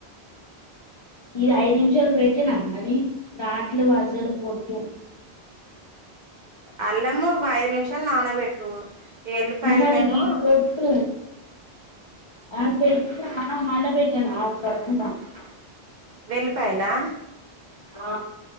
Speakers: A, on the left (about 45°); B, on the right (about 55°).
A: ఈ ఐదు నిమిషాలు పెట్టిన మని రావట్లేవ్ అసలు ఒట్టు
B: అల్లము ఒక ఐదు నిమిషాల్ నాన బె ఇగ ఎల్లిపాయల్నేమో
A: ఆహా ఇది పొట్టు <unintelligible>
B: వెళ్లిపాయలా
A: ఆ